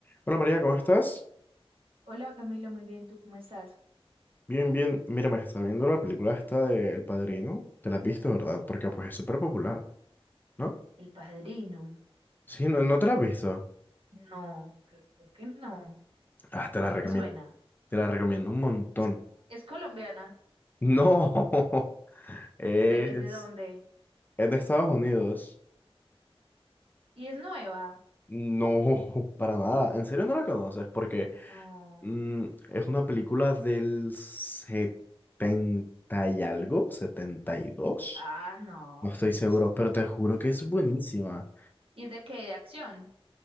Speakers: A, on the left; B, on the right.
A: Hola María, ¿cómo estás?
B: Hola Camilo, muy bien, ¿tú cómo estás?
A: Bien, bien. Mira, me está viendo la película esta de El Padrino. Te la has visto, ¿verdad? Porque pues es súper popular, ¿no?
B: El Padrino.
A: Sí, no, no te la has visto.
B: No, creo que no,
A: Ah, te la
B: no
A: recomiendo.
B: me suena.
A: Te la recomiendo un montón.
B: Es, es colombiana,
A: No, <laughs> es,
B: ¿es de, es de dónde?
A: es de Estados Unidos.
B: ¿Y es nueva?
A: No, <laughs> para nada. ¿En serio no la conoces? Porque
B: No.
A: mm, es una película del 70 y algo, 72.
B: Ah, no,
A: No estoy
B: pues
A: seguro,
B: es.
A: pero te juro que es buenísima.
B: ¿Y es de qué? ¿De acción?